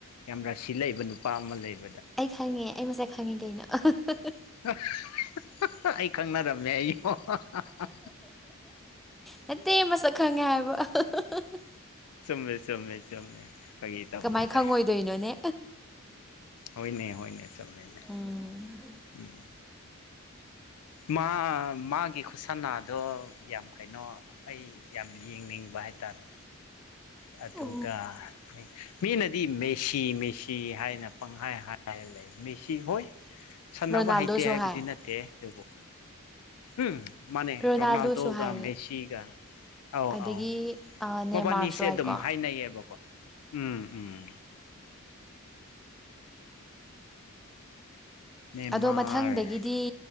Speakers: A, on the left (about 85°); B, in the centre.
A: ꯌꯥꯝ ꯔꯥꯁꯤ ꯂꯩꯕ ꯅꯨꯄꯥ ꯑꯃ ꯂꯩꯕ
B: ꯑꯩ ꯈꯪꯉꯦ ꯑꯩ ꯃꯁꯛ ꯈꯪꯉꯤ ꯀꯩꯅꯣ ꯑꯍ ꯍ ꯍ ꯍ
A: ꯍ ꯍꯍꯍ ꯍꯍ ꯑꯩ ꯈꯪꯅꯔꯝꯃꯦ ꯑꯩ ꯍ ꯍ ꯍ
B: ꯅꯠꯇꯦ ꯃꯁꯛ ꯈꯪꯉꯦ ꯍꯥꯏꯕ ꯑ ꯍꯍ ꯍ ꯍ
A: ꯆꯨꯝꯃꯦ ꯆꯨꯝꯃꯦ ꯆꯨꯝꯃꯦ ꯐꯥꯒꯤ ꯇꯧꯕꯅꯤꯗ
B: ꯀꯃꯥꯏ ꯈꯪꯉꯣꯏꯗꯣꯏꯅꯣꯅꯦ
A: ꯍꯣꯏꯅꯦ ꯍꯣꯏꯅꯦ ꯆꯨꯝꯃꯤꯅꯦ
B: ꯎꯝ
A: ꯎꯝ ꯃꯥ ꯃꯥꯒꯤ ꯈꯨꯠꯁꯥꯟꯅꯥꯗꯣ ꯌꯥꯝ ꯀꯩꯅꯣ ꯑꯩ ꯌꯥꯝ ꯌꯦꯡꯅꯤꯡꯕ ꯍꯥꯏ ꯇꯥꯔꯦ ꯑꯗꯨꯒ
B: ꯑꯣ
A: ꯑꯩ ꯃꯤꯅꯗꯤ ꯃꯦꯁꯤ ꯃꯦꯁꯤ ꯍꯥꯏꯅ ꯄꯪꯍꯥꯏ ꯍꯥꯏꯔ ꯂꯩ ꯃꯦꯁꯤ ꯍꯣꯏ ꯁꯥꯟꯅꯕ
B: ꯔꯣꯅꯥꯜꯗꯣꯁꯨ
A: ꯍꯩꯇꯦ ꯍꯥꯏꯕꯗꯤ
B: ꯍꯥꯏ
A: ꯅꯠꯇꯦ ꯑꯗꯨꯕꯨ ꯎꯝ ꯃꯥꯅꯦ
B: ꯔꯣꯅꯥꯜꯗꯣꯁꯨ
A: ꯔꯣꯅꯥꯜꯗꯣꯒ
B: ꯍꯥꯏꯌꯦ
A: ꯃꯦꯁꯤꯒ ꯑꯥꯎ
B: ꯑꯗꯒꯤ
A: ꯑꯥꯎ
B: ꯅꯦꯃꯥꯔꯁꯨ
A: ꯃꯕꯥꯅꯤ ꯁꯦ
B: ꯍꯥꯏꯀꯣ
A: ꯑꯗꯨꯝ ꯍꯥꯏꯅꯩꯌꯦꯕꯀꯣ ꯎꯝ ꯎꯝ ꯅꯦꯃꯥꯔ
B: ꯑꯗꯣ ꯃꯊꯪꯗꯒꯤꯗꯤ